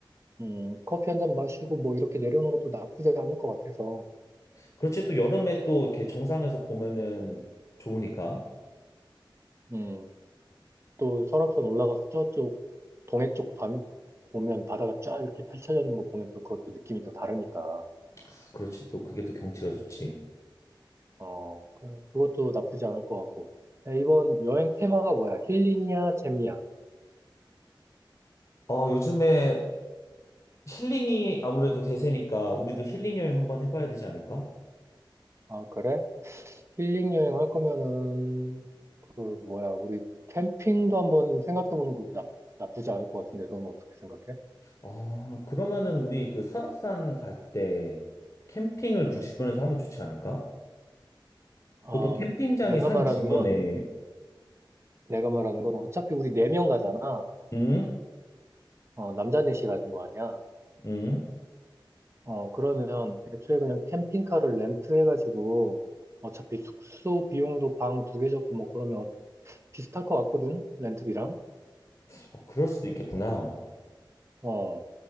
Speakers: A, on the right; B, on the left.
A: 음, 커피 한 잔 마시고 뭐 이렇게 내려오는 것도 나쁘지 않을 것 같아서,
B: 그렇지, 또 여름에 또 이렇게 정상에서 보면은 좋으니까.
A: 음, 또 설악산 올라가서 저쪽 동해 쪽 밤, 보면 바다가 쫙 이렇게 펼쳐져 있는 거 보면 또 그것도 느낌이 또 다르니까,
B: 아, 그렇지, 또 그게 또 경치가 좋지.
A: 어, 그럼 그것도 나쁘지 않을 것 같고. 야, 이번 여행 테마가 뭐야? 힐링이야, 재미야?
B: 어, 요즘에 힐링이 아무래도 대세니까 우리도 힐링 여행 한번 해봐야
A: 음,
B: 되지 않을까?
A: 아, 그래? 힐링 여행 할 거면은, 그, 뭐야, 우리 캠핑도 한번 생각해 보는 거 나, 나쁘지 않을 것 같은데, 넌 어떻게 생각해?
B: 아, 그러면은 우리 그 설악산 갈 때 캠핑을 그
A: 음.
B: 주변에서 하면 좋지 않을까?
A: 아,
B: 보통 캠핑장이
A: 내가
B: 산
A: 말하는
B: 주변에,
A: 건, 내가 말하는 건 어차피 우리 네 명 가잖아.
B: 응?
A: 어, 남자 넷이 가는 거 아니야.
B: 응?
A: 어, 그러면 애초에 그냥 캠핑카를 렌트해가지고 어차피 숙소 비용도 방 두 개 잡고 뭐 그러면 어- 비슷할 것 같거든? 렌트비랑.
B: 어, 그럴 수도 있겠구나.
A: 어,